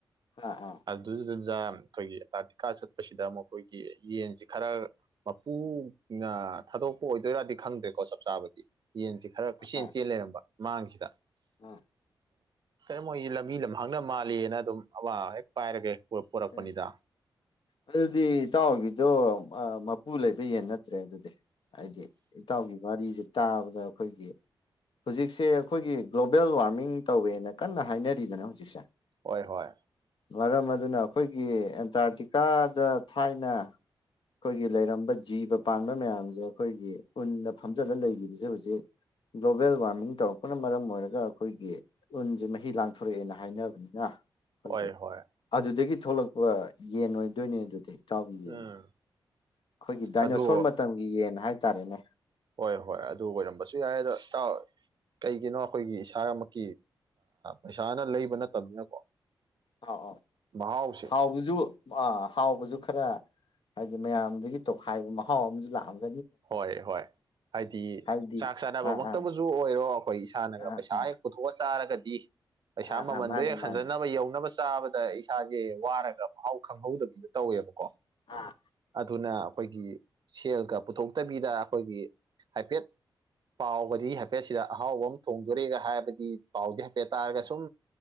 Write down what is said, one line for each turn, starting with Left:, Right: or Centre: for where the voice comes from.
Left: ꯑꯥ ꯑꯥ
Right: ꯑꯗꯨꯗꯨꯗꯨꯗ ꯑꯩꯈꯣꯏꯒꯤ ꯑꯦꯟꯇꯥꯔꯇꯤꯀꯥ ꯆꯠꯄꯁꯤꯗ ꯃꯈꯣꯏꯒꯤ ꯌꯦꯟꯁꯤ ꯈꯔ ꯃꯄꯨꯅ ꯊꯥꯗꯣꯛꯄ ꯑꯣꯏꯗꯣꯏꯔꯗꯤ ꯈꯪꯗ꯭ꯔꯦꯀꯣ ꯆꯞ ꯆꯥꯕꯗꯤ ꯌꯦꯟꯁꯤꯦ ꯈꯔ ꯀꯣꯏꯆꯦꯟ
Left: ꯑꯥ
Right: ꯆꯦꯟ ꯂꯩꯔꯝꯕ ꯃꯥꯡꯁꯤꯗ
Left: ꯑꯥ
Right: ꯀꯔꯤ ꯃꯣꯏꯁꯤ ꯂꯝꯕꯤ ꯂꯝ ꯍꯥꯡꯅꯕ ꯃꯥꯜꯂꯤꯅ ꯑꯗꯨꯝ ꯑꯃ ꯍꯦꯛ ꯄꯥꯏꯔꯒꯦ ꯄꯣꯔꯛꯄꯅꯤꯗ
Left: ꯑꯦ ꯑꯗꯨꯗꯤ ꯏꯇꯥꯎꯕꯤꯗꯣ ꯃꯄꯨ ꯂꯩꯕ ꯌꯦꯟ ꯅꯠꯇ꯭ꯔꯦ ꯑꯗꯨꯗꯤ ꯍꯥꯏꯗꯤ ꯏꯇꯥꯎꯒꯤ ꯔꯤꯁꯤꯦ ꯇꯥꯕꯗ ꯑꯩꯈꯣꯏꯒꯤ ꯍꯧꯖꯤꯛꯁꯦ ꯑꯩꯈꯣꯏꯒꯤ ꯒ꯭ꯂꯣꯕꯦꯜ ꯋꯥꯔꯃꯤꯡ ꯇꯧꯋꯦꯅ ꯀꯟꯅ ꯍꯥꯏꯅꯔꯤꯗꯅ ꯍꯧꯖꯤꯛꯁꯦ
Right: ꯍꯣꯏ ꯍꯣꯏ
Left: ꯃꯔꯝ ꯑꯗꯨꯅ ꯑꯩꯈꯣꯏꯒꯤ ꯑꯦꯟꯇꯥꯔꯇꯤꯀꯥꯗ ꯊꯥꯏꯅ ꯑꯩꯈꯣꯏꯒꯤ ꯂꯩꯔꯝꯕ ꯖꯤꯕ ꯄꯥꯟꯕ ꯃꯌꯥꯝꯁꯦ ꯑꯩꯈꯣꯏꯒꯤ ꯎꯟꯅ ꯐꯝꯖꯤꯜꯂ ꯂꯩꯈꯤꯕꯁꯦ ꯍꯧꯖꯤꯛ ꯒ꯭ꯂꯣꯕꯦꯜ ꯋꯥꯔꯃꯤꯡ ꯇꯧꯔꯛꯄꯅ ꯃꯔꯝ ꯑꯣꯏꯔꯒ ꯑꯩꯈꯣꯏꯒꯤ ꯎꯟꯁꯦ ꯃꯍꯤ ꯂꯥꯡꯊꯣꯔꯛꯑꯦꯅ ꯍꯥꯏꯅꯕꯅꯤꯅ ꯑꯩꯈꯣꯏꯒꯤ
Right: ꯍꯣꯏ ꯍꯣꯏ
Left: ꯑꯗꯨꯗꯒꯤ ꯊꯣꯛꯂꯛꯄ ꯌꯦꯟ ꯑꯣꯏꯗꯣꯏꯅꯦ ꯑꯗꯨꯗꯤ ꯏꯆꯥꯎꯒꯤ ꯌꯦꯟꯁꯦ
Right: ꯎꯝ
Left: ꯑꯩꯈꯣꯏꯒꯤ ꯗꯥꯏꯅꯣꯁꯣꯔ
Right: ꯑꯗꯨ
Left: ꯃꯇꯝꯒꯤ ꯌꯦꯟ ꯍꯥꯏꯇꯥꯔꯦꯅꯦ
Right: ꯍꯣꯏ ꯍꯣꯏ ꯑꯗꯨ ꯑꯣꯏꯔꯝꯕꯁꯨ ꯌꯥꯏ ꯑꯗꯣ ꯀꯩꯒꯤꯅꯣ ꯑꯩꯈꯣꯏꯒꯤ ꯏꯁꯥꯃꯛ ꯄꯩꯁꯥꯅ ꯂꯩꯕ ꯅꯠꯇꯕꯅꯤꯅꯀꯣ
Left: ꯑꯥꯎ ꯑꯥꯎ
Right: ꯃꯍꯥꯎꯁꯦ
Left: ꯍꯥꯎ ꯕꯨꯖꯨ ꯑꯥ ꯍꯥꯎꯕꯁꯨ ꯈꯔ ꯍꯥꯏꯗꯤ ꯃꯌꯥꯝꯗꯒꯤ ꯇꯣꯈꯥꯏꯕ ꯃꯍꯥꯎ ꯑꯃꯁꯨ ꯂꯥꯛꯑꯃꯦ
Right: ꯍꯣꯏ ꯍꯣꯏ ꯍꯥꯏꯗꯤ
Left: ꯍꯥꯏꯗꯤ
Right: ꯆꯥꯛ ꯆꯥꯅꯕꯃꯛꯇꯕꯨꯁꯨ
Left: ꯑꯥ ꯑꯥ
Right: ꯑꯣꯏꯔꯣ ꯑꯩꯈꯣꯏ ꯏꯁꯥꯅꯒ
Left: ꯑꯥ
Right: ꯄꯩꯁꯥ
Left: ꯑꯥ
Right: ꯍ ꯄꯨꯊꯣꯛꯑ ꯆꯥꯔꯒꯗꯤ ꯄꯩꯁꯥ
Left: ꯑꯥ
Right: ꯃꯃꯟꯗꯣ
Left: ꯑꯥ ꯃꯥꯅꯦ
Right: ꯍꯦꯛ
Left: ꯃꯥꯅꯦ
Right: ꯍꯟꯖꯅꯕ ꯌꯧꯅꯕ ꯆꯥꯕꯗ ꯏꯁꯥꯁꯦ ꯋꯥꯔꯒ ꯃꯍꯥꯎ ꯈꯪꯍꯧꯗꯕꯤꯗꯣ ꯇꯧꯋꯦꯕꯀꯣ
Left: ꯑꯥ
Right: ꯑꯗꯨꯅ ꯑꯩꯈꯣꯏꯒꯤ ꯁꯦꯜꯒ ꯄꯨꯊꯣꯛꯇꯕꯤꯗ ꯑꯩꯈꯣꯏꯒꯤ ꯍꯥꯏꯐꯦꯠ ꯄꯥꯎꯒꯗꯤ ꯍꯥꯏꯐꯦꯠ ꯁꯤꯗ ꯑꯍꯥꯎꯕ ꯑꯃ ꯊꯣꯡꯗꯣꯔꯒ ꯍꯥꯏꯕꯗꯤ ꯄꯥꯎꯗꯤ ꯍꯥꯏꯐꯦꯠ ꯇꯥꯔꯒ ꯁꯨꯝ